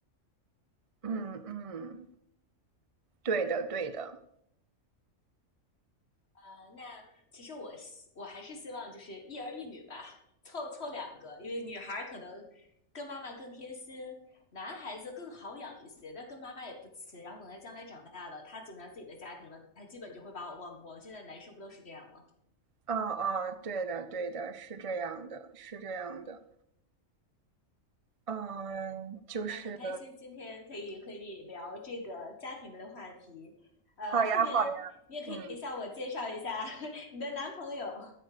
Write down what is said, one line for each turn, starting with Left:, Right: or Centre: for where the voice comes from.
Right: 嗯嗯，对的对的。
Left: 啊、呃。那其实我我还是希望就是一儿一女吧，凑凑两个，因为女孩可能跟妈妈更贴心。男孩子更好养一些，但跟妈妈也不亲。然后等他将来长大了，他组成自己的家庭了，他基本就会把我忘光。现在男生不都是这样吗？
Right: 啊啊，对的，对的，是这样的，是这样的。嗯，就是
Left: 那很开心今天可以和你聊这个家庭的话题，呃，
Right: 好呀，
Left: 后面你也可以向我介绍一下
Right: 好呀，嗯，
Left: <laughs> 你的男朋友。